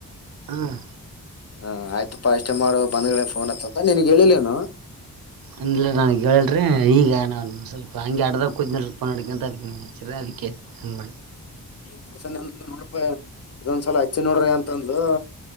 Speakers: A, on the right; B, on the left.
A: ಹ್ಮ್
B: ಹಾ ಆಯ್ತಪ್ಪಾ ಅಷ್ಟೇ ಮಾಡು ಬಂದ್ಗಳ ಫೋನ್ ಹಚ್ಚುತ್ತ ನಿನಗ ಹೇಳಿಲ್ಲೇನು.
A: ಅಂದಿಲ್ಲ ನನ್ ಹೇಳ್ರಿ ಈಗ ಏನ ಸ್ವಲ್ಪ ಹಂಗೆ ಅಡದ ಕೂದಿನಡ ಅಂತ <unintelligible> ವಿಕೆಟ್ <inaudible>
B: ಗೌಡ್ಸಲೀ ನೋಡ್ಪ ಇದೊಂದ್ಸಲ ಹಚ್ಚಿ ನೋಡ್ರಿ ಅಂತ - ತಂದು